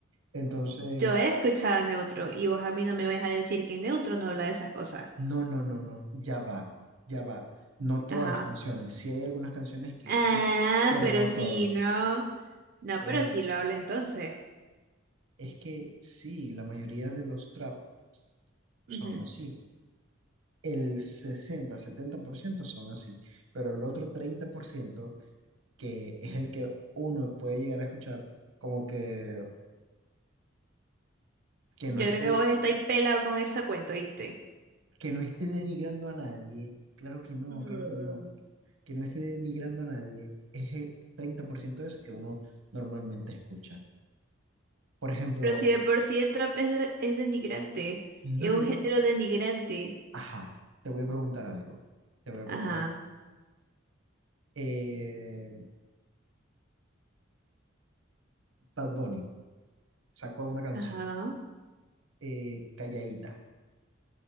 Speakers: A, on the right; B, on the right.
A: Entonces,
B: Yo he escuchado a Neutro y vos a mí no me vais a decir que Neutro no habla de esas cosas.
A: No, no, no, no, ya va, ya va. No todas
B: Ajá.
A: las canciones. Sí hay algunas canciones que
B: Ah,
A: sí, pero
B: pero
A: no
B: sí,
A: todas.
B: no. No,
A: Por
B: pero
A: ejemplo,
B: sí lo habla entonces.
A: es que sí, la mayoría de los trap son
B: Ujú.
A: así. El sesenta, setenta por ciento son así, pero el otro 30% que es el que uno puede llegar a escuchar, como que, que
B: Yo
A: no esté,
B: creo que vos estáis pelado con esa cuenta, ¿viste?
A: que no esté denigrando a nadie. Claro que no,
B: Mm,
A: claro que no. que no esté denigrando a nadie, es el 30% de eso que uno normalmente escucha. Por ejemplo,
B: Pero si de por sí el trap es, de- es denigrante,
A: no,
B: es
A: no,
B: un género denigrante.
A: ajá, te voy a preguntar algo, te voy a
B: Ajá,
A: preguntar. Eh, Bad Bunny sacó una canción,
B: ajá,
A: eh, Calladita.